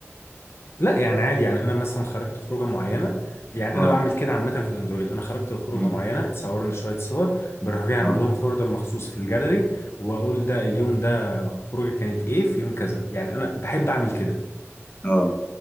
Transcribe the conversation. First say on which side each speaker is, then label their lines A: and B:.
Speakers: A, on the left (about 55°); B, on the left (about 25°).
A: لا يعني عادي يعني انا مثلا خرجت خروجه معينه يعني
B: اه
A: انا بعمل كده عامه في الاندرويد انا خرجت خروجه
B: مم.
A: معينه اتصورنا شويه صور بروح جاي اعمل
B: اه
A: لهم فولدر مخصوص في الجاليري واقول ده اليوم ده خروجه كانت ايه في يوم كذا يعني انا بحب اعمل كده
B: اه